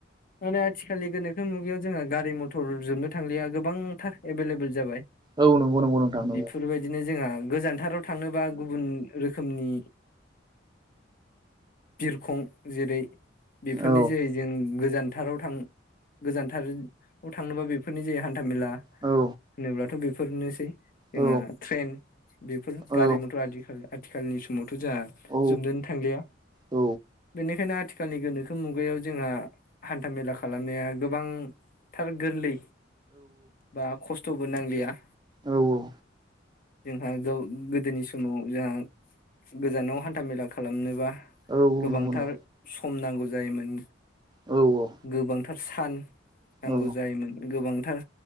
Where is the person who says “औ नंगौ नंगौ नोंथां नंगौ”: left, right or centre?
Right